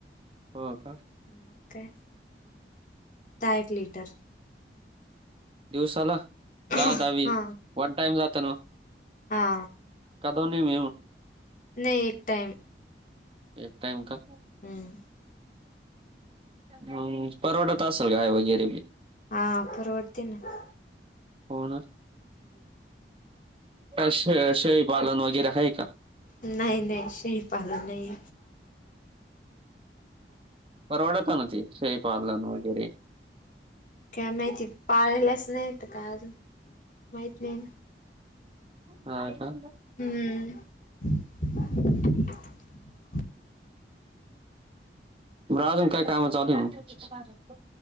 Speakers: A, on the right; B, on the left.
A: हो का
B: मग काय दहा एक लिटर
A: दिवसाला
B: हा
A: दहा दहावी वन टाईम जात ना
B: हा
A: का दोन्ही मिळून
B: नाही एक टाइम
A: एक टाइम का
B: हम्म
A: ह परवडत असल गाय वगैरे बी
B: हा परवडते ना
A: हो ना
B: हम्म
A: असे शेळीपालन वगैरे आहे का
B: नाही नाही शेळीपालन नाही
A: परवडत ना ते शेळीपालन वगैरे
B: काय माहिती पाळलाच नाहीत का अजून माहीत नाही ना
A: ह का
B: हम्म <unintelligible>
A: अजून काय काम चालू आहेत